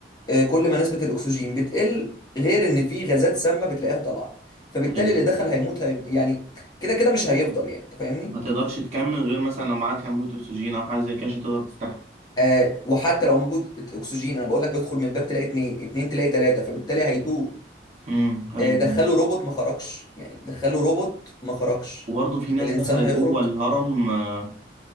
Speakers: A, on the left (about 25°); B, on the right (about 40°).
A: آه، كل ما نسبة الأكسجين بتقل غير إن في غازات سامة بتلاقيها طالعة فبالتالي
B: أيوه.
A: اللي دخل هيموت هي... يعني كده كده مش هيفضل يعني انت فاهمني
B: ما تقدرش تكمل غير مثلا لو معاك أنبوبة أكسجين أو حاجة زي كده عشان تقدر تستحمل
A: آه وحتى لو انبوبه اكسجين انا بقول لك بدخل من باب تلاقي اتنين اتنين تلاقي تلاته فبالتالي هيتوه
B: امم ايوه
A: آه دخلوا روبوت ما خرجش يعني دخلوا روبوت ما خرجش
B: وبرضه في ناس
A: الانسان
B: دخلت
A: هيخرج
B: جوه الهرم آه،